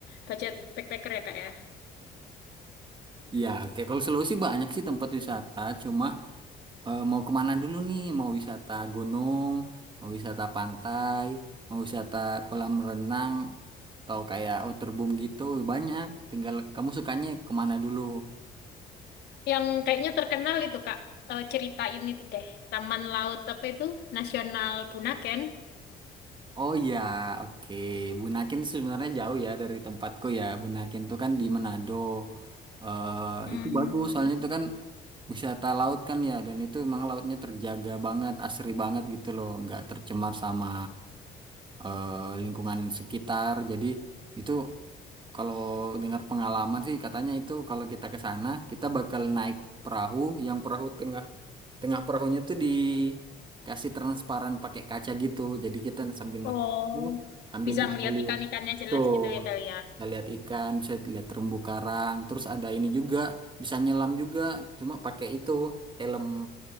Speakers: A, on the left; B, on the right.
A: budget backpacker ya kak ya.
B: Ya, oke. Kalau Sulawesi banyak sih tempat wisata. Cuma eh, mau kemana dulu nih? Mau wisata gunung, mau wisata pantai, mau wisata kolam renang, atau kayak waterboom gitu. Banyak. Tinggal kamu sukanya kemana dulu?
A: Yang kayaknya terkenal itu kak, eh, cerita ini tuh deh. Taman Laut apa itu? Nasional Bunaken.
B: Oh ya, oke. Bunaken sih sebenarnya jauh ya dari tempatku ya. Bunaken tuh kan di Manado. eh
A: Hmm.
B: itu bagus, soalnya itu kan wisata laut kan ya dan itu emang lautnya terjaga banget asri banget gitu loh nggak tercemar sama eh, lingkungan sekitar. Jadi itu kalau dengar pengalaman sih katanya itu kalau kita ke sana kita bakal naik perahu yang perahu tengah tengah perahunya tuh dikasih transparan pakai kaca gitu. Jadi kita sambil naik
A: Oh,
B: perahu sambil
A: Bisa
B: bisa
A: ngelihat
B: lihat
A: ikan-ikannya
B: betul
A: jelas gitu ya kali ya.
B: bisa lihat ikan, bisa lihat terumbu karang, terus ada ini juga bisa nyelam juga cuma pakai itu helm